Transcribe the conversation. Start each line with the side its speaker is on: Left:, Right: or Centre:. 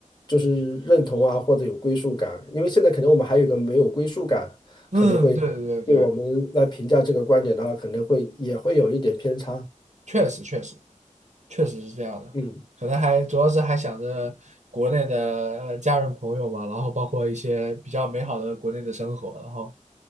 Left: 就是认同啊，或者有归属感。因为现在可能我们还有一个没有归属感，
Right: 嗯，
Left: 可能会对我们来评价这个观点的话，
Right: 对对对对，
Left: 可能会也会有一点偏差。
Right: 确实确实确实是这样的，
Left: 嗯
Right: 可能还主要是还想着国内的呃家人朋友嘛，然后包括一些比较美好的国内的生活，然后